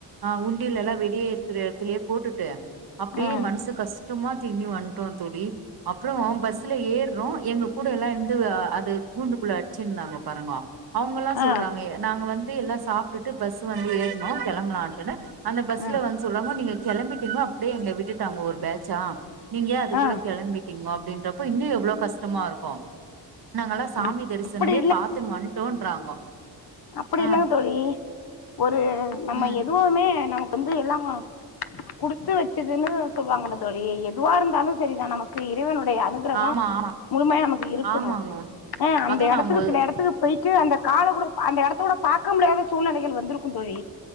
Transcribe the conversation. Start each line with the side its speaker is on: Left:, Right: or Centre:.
Right: ஆ உண்டியில எல்லா வெளியே இருக்கிற எடத்துலயே போட்டுட்டு அப்பனடியே
Left: ஆ
Right: மனசு கஷ் டமா திரும்பி வந்ட்டோ தோழி அப்புற பஸ்ல ஏர்றோ எங்க கூட எல்லா இருந்து அது கூண்டுக்குள்ள அட் ச்சி இருந்தாங்கோ பாருங்கோ அவுங்கல்லா
Left: ஆ
Right: சொல்றாங்க நாங்க வந்து எல்லா சாப் ட்டுட்டு பஸ்ஸு வந்து ஏறுனோ கெளம்பலானட்டுன்னு அந்த பஸ்ல
Left: ஆ
Right: வந்து சொல்றாங்கோ நீங்க கெளம்பிட்டீங்கோ அப்டியே எங்கள விட்டுட்டாங்கோ ஒரு பேட்சா நீங்க ஏ அதுக்குள்ள
Left: ஆ
Right: கெளம்பிட் ங்கோ அப்டின்றப்போ இன்னு எவ்வளோ கஷ்டமா இருக்கு நாங்கள்லா
Left: ம்
Right: சாமி
Left: ம்
Right: தரிசனமே
Left: அப்படி
Right: பாத்துன்னு வந்ட்டோன்றாங்கோ
Left: அப்டி
Right: ஆ
Left: இல்லங்க தோழி ஒரு நம்ம
Right: ம்
Left: எது வுமே நமக்கு வந்து எல்லா குடுத்து வச்சதுன்னு சொல்லுவாங்கல்ல தோழி எதுவா இருந்தாலு சரிதா நமக்கு இறைவனுடைய அனுக் கிரகோ
Right: ஆமா ஆமா
Left: முழுமையா நமக்கு இருக்கணு
Right: ஆமாங்கோ
Left: அ அந்த
Right: அதுவு நா
Left: எடத்துக்கு
Right: மொ
Left: சில எடத் த்துக்கு போயிட்டு அந்த கால கூட அந்த எடத்த கூட ப பாக்க முடியாத சூழ்நிலைகள் வந்திருக்கும் தோழி